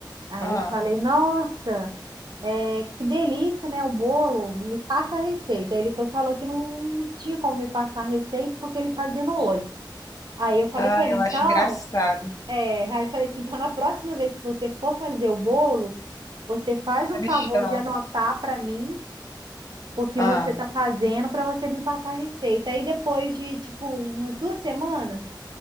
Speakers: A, on the right; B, on the left.
A: Aí
B: Ah,
A: eu falei, nossa, é, que delícia, né? O bolo, me passa a receita. Aí Ele foi, falou que não tinha como me passar a receita porque ele fazia no olho. Aí eu falei
B: ah,
A: com ele,
B: eu
A: então,
B: acho engraçado.
A: é, aí eu falei assim, então na próxima vez que você for fazer o bolo, você faz
B: Você
A: um
B: me
A: favor
B: chama.
A: de anotar para mim o que
B: Ah,
A: você tá fazendo para você me passar a receita. Aí depois de tipo umas duas semanas,